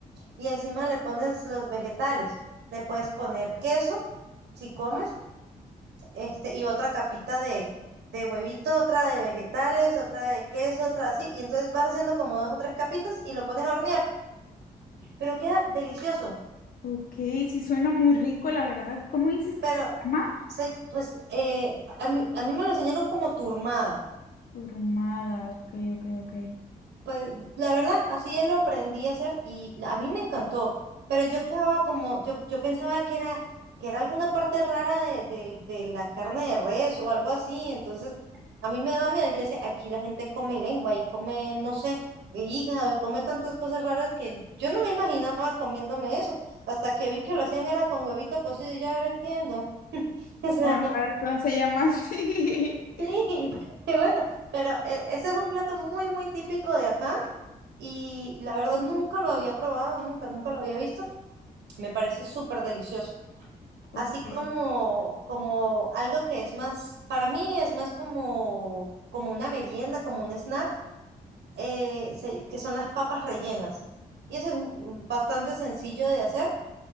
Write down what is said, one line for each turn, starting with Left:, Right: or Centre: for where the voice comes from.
Right: y encima le pones los vegetales. Le puedes poner queso si comes este, y otra capita de, de huevito, otra de vegetales, otra de queso, otra así, y entonces vas haciendo como dos o tres capitas y lo pones a hornear, pero queda delicioso,
Left: ok, sí suena muy rico, la verdad. ¿Cómo dices que
Right: pero
Left: se llama?
Right: se, pues eh, a mí, a mí me lo enseñaron como turmada.
Left: Turumada, ok, ok, ok.
Right: Pues la verdad, así él lo aprendí a hacer y la- a mí me encantó, pero yo quedaba como, yo, yo pensaba que era, que era alguna parte rara de, del- de la carne de res o algo así, entonces a mí me daba miedo, yo decía, aquí la gente come lengua y come, no sé, eh, hígado y come tantas cosas raras que yo no me imaginaba comiéndome eso, hasta que vi que lo hacían era con huevito cocido y yo ahora entiendo, <laughs> o sea,
Left: Con razón se llama así.
Right: sí, <laughs>
Left: <laughs>
Right: y bueno, pero eh, ese es un plato muy, muy típico de acá y la verdad nunca lo había probado, nunca, nunca lo había visto. Me parece súper delicioso.
Left: Ok,
Right: Así como, como algo que es más, para mí es más como, como una merienda, como un snack, eh, se- que son las papas rellenas. Y eso es mm, bastante sencillo de hacer,